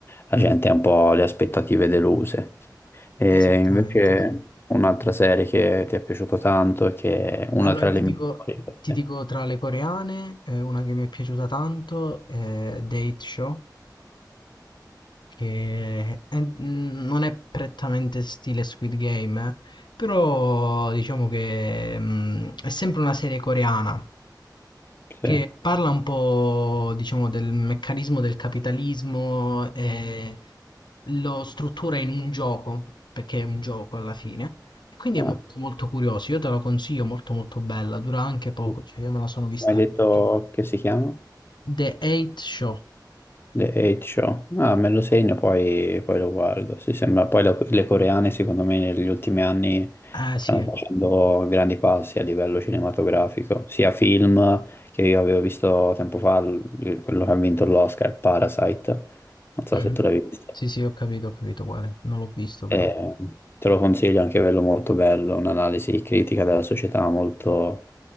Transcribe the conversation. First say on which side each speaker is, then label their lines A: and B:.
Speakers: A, on the left; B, on the left.
A: la gente ha un po' le aspettative deluse. E
B: esattamente,
A: invece
B: sì.
A: un'altra serie che ti è piaciuto tanto e che è una
B: Allora,
A: tra le
B: ti
A: migliori
B: dico,
A: per
B: ti
A: te.
B: dico tra le coreane, eh, una che mi è piaciuta tanto è Date Show, che è- mm, non è prettamente stile Squid Game, eh, però diciamo che mm, è sempre una serie coreana,
A: Sì.
B: che parla un po', diciamo, del meccanismo del capitalismo e lo struttura in un gioco, perché è un gioco alla fine. E quindi
A: Ah.
B: è molto molto curioso, io te lo consiglio, molto molto bella, dura anche poco,
A: Mi
B: cioè io me la sono vista.
A: hai detto
B: anche tu.
A: che si chiama?
B: The Eight Show.
A: The Eight Show. Ah, me lo segno, poi, poi lo guardo. Sì, sembra. Poi la- le coreane, secondo me, negli ultimi anni
B: Ah
A: stanno
B: sì,
A: facendo grandi passi a livello cinematografico, sia film che io avevo visto tempo fa, l- quello che ha vinto l'Oscar, Parasite. Non so
B: Mhm.
A: se tu l'hai visto.
B: Sì sì, ho capito, ho capito quale, non l'ho visto
A: E
B: però.
A: te lo consiglio anche quello molto bello, un'analisi critica della società molto,